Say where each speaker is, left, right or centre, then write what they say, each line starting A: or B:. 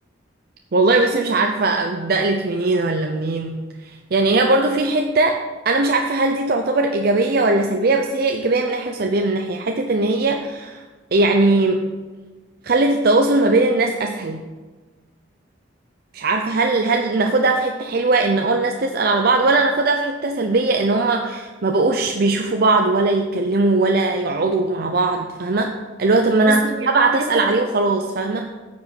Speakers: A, on the right; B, on the right.
A: والله بس مش عارفة أبدأ لك منين ولا منين يعني هي برضو في حتة أنا مش عارفة هل دي تعتبر إيجابية ولا سلبية بس هي إيجابية من ناحية وسلبية من ناحية حتة إن هي يعني خلت التواصل ما بين الناس أسهل مش عارفة هل هل ناخدها في حتة حلوة إن اه الناس تسأل على بعض ولا ناخدها في حتة سلبية إن هما ما بقوش بيشوفوا بعض ولا يتكلموا ولا يقعدوا مع بعض فاهمة اللي هو طب ما أنا
B: بصي هي
A: هبعت
B: الحتة
A: أسأل عليه
B: دي
A: وخلاص فاهمة